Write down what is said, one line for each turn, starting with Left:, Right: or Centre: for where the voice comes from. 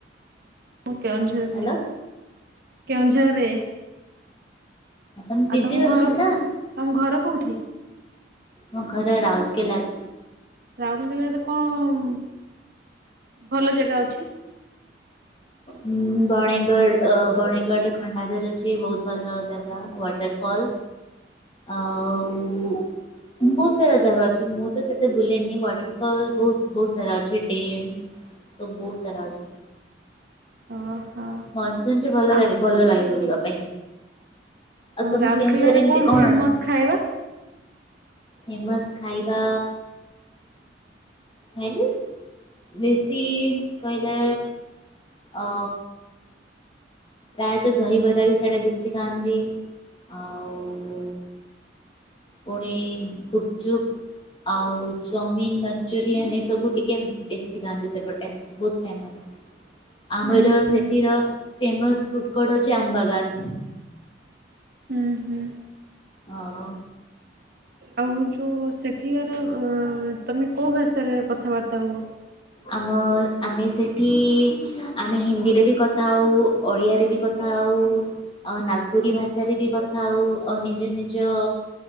Right: ମୁଁ କେଉଁଝରରେ
Left: ହ୍ୟାଲୋ
Right: କେଉଁଝରରେ।
Left: ତମେ ପିଜି
Right: ଆଉ ତମ
Left: କରୁଛ
Right: ଘର
Left: ନା?
Right: ତମ ଘର କୋଉଠି?
Left: ମୋ ଘର ରାଉରକେଲା।
Right: ରାଉରକେଲାରେ କଣ ଭଲ ଜାଗା ଅଛି?
Left: ହୁଁ ବନେଗଡ଼ ଅ ବଣଗଡ ଖଣ୍ଡାଧର ଅଛି ବହୁତ ଭଲ ଜାଗା ୱାଟରଫ ଫଲ ଆଉ ବହୁତ ସାରା ଜାଗା ଅଛି ।ମୁଁ ତ ସେତେ ଗୁଲେନି ୱାଟରଫଲ ବହୁତ ବହୁତ ସାରା ଅଛି ଡେମ୍ ସବୁ ବହୁତ ସାରା ଅଛି।
Right: ଓହୋ
Left: ମନସୁନରେ ଭଲ
Right: ଆଉ
Left: ଲାଗେ ଭଲ ଲାଗେ ବୁଲିବା ପାଇଁ। ଆଉ ତମ
Right: ରାଉରକେଲାରେ
Left: କେଉଁଝରରେ ଏମତି କଣ?
Right: ଫେମସ୍ ଖାଇବା?
Left: ଫେମସ ଖାଇବା ଖାଇଲି। ବେଶୀ କହିଲା ଆ ପ୍ରାୟତଃ ଦହିବରା ବି ସିଆଡେ ବେଶୀ ଖାଆନ୍ତି। ଆଉ ପୁଣି ଗୁପଚୁପ ଆଉ ଚାଉମିିନ, ମଞ୍ଚୁରିୟନ ଏ ସବୁ ଟିକେ ବେଶୀ ଖାଆନ୍ତି ସେପଟେ, ବହୁତ ଫେମସ। ହ ଆମର
Right: ଉଁ ହୁଁ
Left: ସେଠିର ଫେମସ ଫୁଟ୍ କୋଡ୍ ହଉଛି ଆମ୍ବାଗାନ।
Right: ହୁଁ- ହୁଁ।
Left: ଆଉ।
Right: ଆଉ ଯୋଉ ସେଠୀକାର ତମେ କୋଉ ଭାଷାରେ କଥାବାର୍ତ୍ତା ହୁଅ?
Left: ଆମ ଆମେ ସେଇଠି ଆମେ ହିନ୍ଦୀରେ ବି କଥା ହଉ, ଓଡ଼ିଆରେ ବି କଥା ହ ଉ ନାଗପୁରୀ ଭାଷାରେ ବି କଥା ହଉ, ଆଉ ନିଜ ନିଜ